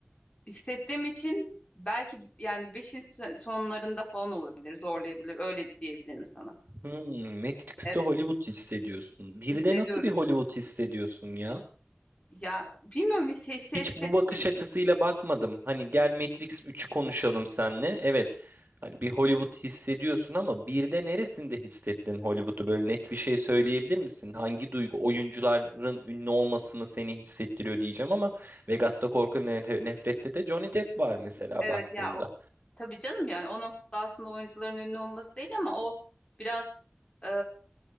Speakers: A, on the left; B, on the right.
A: hissettiğim için belki yani beşin son- sonlarında falan olabilir, zorlayabilir. Öyle diyebilirim sana.
B: Hmm, Matrix'te
A: Evet,
B: Hollywood hissediyorsun. Bir
A: hissediyorum.
B: de nasıl bir Hollywood hissediyorsun ya?
A: Ya bilmiyorum hisse, hisse,
B: Hiç
A: hissettiriyor.
B: bu bakış açısıyla bakmadım. Hani gel Matrix 3'ü konuşalım seninle. Evet. Hani bir Hollywood hissediyorsun ama bir de neresinde hissettin Hollywood'u? Böyle net bir şey söyleyebilir misin? Hangi duygu oyuncuların ünlü olmasını seni hissettiriyor diyeceğim ama Vegas'ta Korku Ne- Nefret'te de Johnny Depp var mesela
A: Evet
B: baktığında.
A: ya o tabii canım yani o noktada aslında oyuncuların ünlü olması değil ama o biraz e,